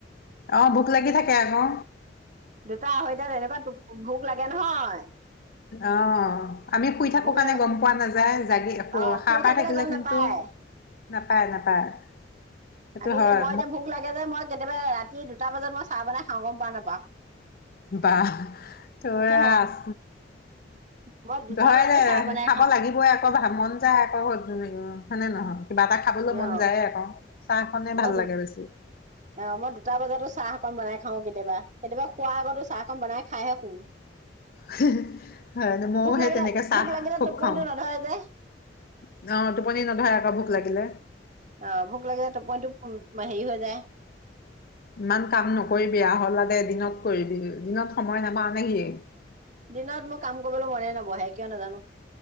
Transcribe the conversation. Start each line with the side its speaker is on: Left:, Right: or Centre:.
Left: অ ভোক লাগি থাকে আকৌ,
Right: দুটা আঢ়ৈ তাত এনেকুৱা ভোক লাগে নহয়, উ <unintelligible>
Left: অ আমি শুই থাকো
Right: ভোক
Left: কাৰণে
Right: লাগে
Left: গম পোৱা নাযায়, জাগি
Right: অ
Left: সাৰ
Right: শুই
Left: পায় থাকিলে
Right: গম
Left: কিন্তু
Right: নাপায়
Left: নাপায়- নাপায়, সেইটো
Right: আমি
Left: হয়
Right: এতিয়া মই এতিয়া ভোক লাগে যে, মই কেতিয়াবা ৰাতি দুটা বজাত মই চাহ বনাই খাওঁ গম পা নাপাওঁ
Left: বাহ', ত
Right: অ
Left: আছ
Right: মই দুটা
Left: ধয়
Right: বজাতো
Left: দে
Right: চাহ বনাই
Left: খাব
Right: খাওঁ
Left: লাগিবই আকৌ মন যায় আকৌ ঘৰত হয়নে নহয়। কিবা এটা খাবলৈ মন
Right: অ
Left: যায় আকৌ। চাহখনে ভাল
Right: মই দু
Left: লাগে বেছি
Right: অ', মই দুটা বজাতো চাহ অকন বনাই খাওঁ কেতিয়াবা -কেতিয়াবা খোৱাৰ আগতো চাহখনন বনাই খাইহে শুওঁ।
Left: হে ', হয় ', মইও
Right: ভোক
Left: সেই
Right: লাগিলে
Left: তেনেকে চাহ
Right: ভোক লাগিলে
Left: খুব
Right: টোপনিটো
Left: খাও অ',
Right: নধৰে যে
Left: টোপনি নধৰে আকৌ ভোক লাগিলে।
Right: অ', ভোক লাগে যায় টোপইটো হেৰি হৈ যায়
Left: ইমান কাম নকৰি বেয়া হ'লা দে এদিনত। কৰিবি দিনত সময় নাপাও নে সিয়
Right: দিনত মোৰ কাম কৰিবলৈ মনে নবহে কিয় নাজানো।